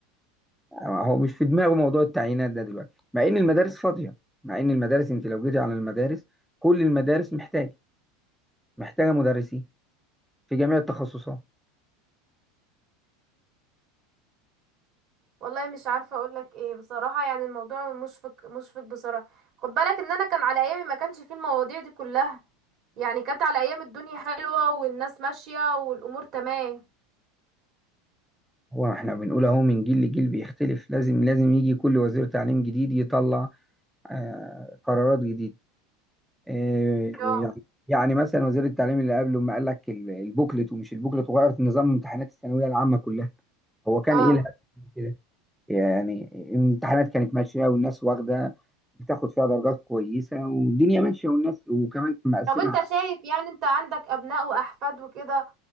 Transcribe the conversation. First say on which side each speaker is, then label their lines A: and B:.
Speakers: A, in the centre; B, on the right.
A: هو مش في دماغه موضوع التعيينات ده دلوقتي مع ان المدارس فاضيه مع ان المدارس انت لو جيتي على المدارس كل المدارس محتاجه محتاجه مدرسين في جميع التخصصات
B: والله مش عارفه اقول لك ايه بصراحه يعني الموضوع مشفق مشفق بصراحه خد بالك ان انا كان على ايامي ما كانش فيه المواضيع دي كلها يعني كانت على ايام الدنيا حلوه والناس ماشيه والامور تمام
A: هو احنا بنقول اهو من جيل لجيل بيختلف لازم لازم يجي كل وزير تعليم جديد يطلع آه قرارات جديدة آه
B: اه
A: يعني يعني مثلا وزير التعليم اللي قبله ما قال لك ال- البوكلت ومش البوكلت وغيرت نظام امتحانات الثانوية العامة كلها هو كان
B: اه
A: ايه الهدف من كده يعني الامتحانات كانت ماشيه والناس واخده بتاخد فيها درجات كويسه والدنيا ماشيه والناس وكمان كان مقسمها
B: طب انت
A: على-
B: شايف يعني انت عندك ابناء واحفاد وكده